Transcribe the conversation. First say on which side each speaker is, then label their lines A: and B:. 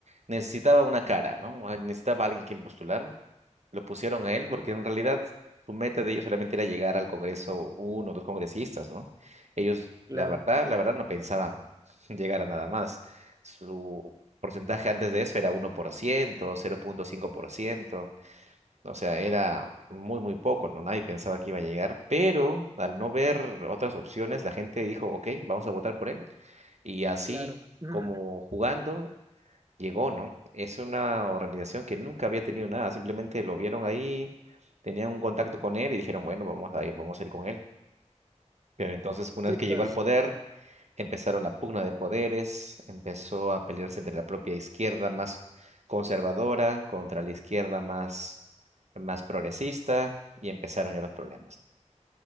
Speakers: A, on the right (about 65°); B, on the right (about 30°).
A: necesitaba una cara, ¿no? Ah, Necesitaba alguien quien postular. Lo pusieron a él porque en realidad su meta de ellos solamente era llegar al Congreso uno o dos congresistas, ¿no? Ellos,
B: Claro,
A: la verdad, la verdad no pensaban <laughs> llegar a nada más. Su porcentaje antes de eso era uno por ciento cero punto cinco por ciento o sea, era muy, muy poco, ¿no? Nadie pensaba que iba a llegar, pero al no ver otras opciones, la gente dijo, ok, vamos a votar por él. Y así
B: claro. <clears throat>
A: como jugando, llegó, ¿no? Es una organización que nunca había tenido nada, simplemente lo vieron ahí, tenían un contacto con él y dijeron, bueno, vamos a ir, vamos a ir con él. Pero entonces, una
B: Sí,
A: vez que llegó
B: pues.
A: al poder, empezaron la pugna de poderes, empezó a pelearse entre la propia izquierda más conservadora contra la izquierda más, más progresista y empezaron ya los problemas.